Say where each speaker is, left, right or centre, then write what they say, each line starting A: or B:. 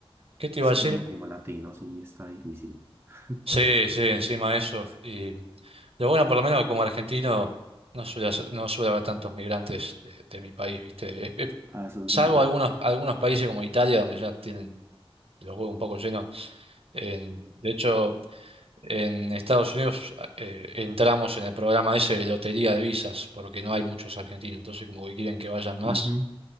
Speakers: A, on the right; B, on the right.
A: ¿qué te
B: es
A: iba a decir?
B: que uno como latino sí está difícil. <laughs>
A: Sí, sí, encima de eso. Y lo bueno, por lo menos como argentino, no suele, hacer- no suele haber tantos migrantes de, de mi país, ¿viste? Es- es-
B: Ah, eso
A: salvo
B: es verdad.
A: algunos, algunos países como Italia, donde ya tienen los huevos un poco llenos. En- de hecho, En Estados Unidos eh, entramos en el programa ese de lotería de visas, porque no hay muchos argentinos, entonces como que quieren que vayan más.
B: Ujú.